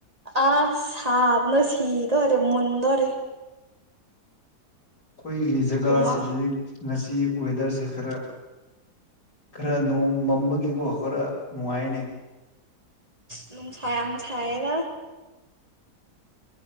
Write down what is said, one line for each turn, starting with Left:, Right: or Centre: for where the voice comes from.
Right: ꯑ ꯁꯥꯕꯅ ꯁꯤꯤꯗ ꯑꯣꯏꯔꯦ ꯃꯟꯗ ꯑꯣꯏꯣꯔꯦ
Left: ꯑꯩꯈꯣꯏꯒꯤ ꯖꯒꯥꯁꯤꯗꯗꯤ
Right: ꯍꯨꯃꯥꯡ
Left: ꯉꯁꯤ ꯋꯦꯗꯔꯁꯦ ꯈꯔ ꯈꯔ ꯅꯣꯡ ꯃꯝꯕꯒꯤꯀꯣ ꯈꯔ ꯅꯨꯡꯉꯥꯏꯅꯦ
Right: ꯅꯨꯡ ꯁ ꯁꯥꯏꯗ